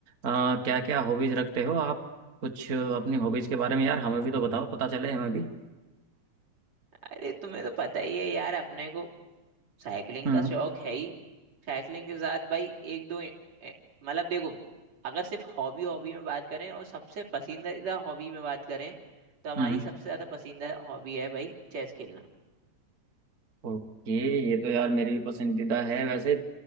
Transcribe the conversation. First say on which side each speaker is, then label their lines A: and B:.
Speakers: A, on the right; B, on the right.
A: क्या क्या हॉबीज रखते हो आप कुछ अपनी हॉबीज के बारे में यार हमें भी तो बताओ पता चले हमें भी
B: अरे तुम्हें तो पता ही है यार अपने को साइकिलिंग
A: हम्म
B: का शौक है ही साइकिलिंग के साथ भाई एक दो ए- ए- मतलब देखो अगर सिर्फ हॉबी हॉबी में बात करें और सबसे पसंदीदा हॉबी में बात करें तो हमारी
A: हम्म
B: सबसे ज्यादा पसंदीदा हॉबी है भाई चेस खेलना
A: ओके ये तो यार मेरी भी पसंदीदा है वैसे